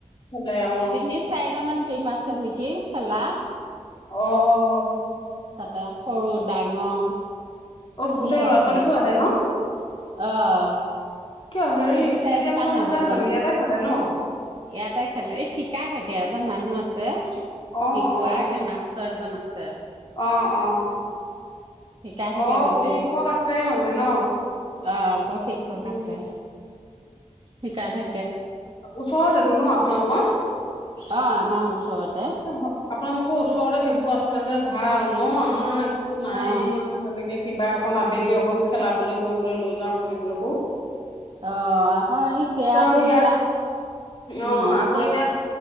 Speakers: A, on the left; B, on the right.
A: ভালে অ
B: তিনি চাৰিট মান <unintelligible>
A: অ'।
B: তাতে সৰু ডাঙৰ।
A: অ',
B: ঢেৰ
A: গোটেই লৰা
B: আছে,
A: ছোৱালীবোৰ আহে ন।
B: অ'।
A: কিয় হেৰি
B: তিনি চাৰিটামান
A: ষ্টেডিয়ামলৈ
B: হ'ব
A: নাযায়
B: টিম।
A: জানো ইয়াতে খেলে ন।
B: ইয়াতে খেলে, এই শিকাই থাকে এজন মানুহ আছে
A: অ
B: শিকোৱা
A: অ
B: একে মাষ্টৰ এজন আছে। ছে
A: অ', অ'।
B: শিকাই থাকে
A: অ
B: গোটেই
A: প্ৰশিক্ষক আছে মানে ন
B: অ ', প্ৰশিক্ষক
A: উম
B: আছে শিকাই থা
A: ওচৰৰতটো ন আপোনালোকৰ।
B: অ', আমাৰ ওচৰ
A: <unintelligible> আকৌ ওচৰতে সেইবোৰ আছে যে ভাল ন আমাৰ এ কো নাইয়ে
B: অ
A: আৰু তেনেকে। কিবা অকণ আবেলি অকন খেলাবলৈ কৰিবলৈ লৈ যাও বুলিবলৈ কো।
B: অ', আকৌ এ কেৰাতিবিলাক
A: আৰু ইয়াত অ
B: উম
A: আকৌ
B: কে
A: এতিয়া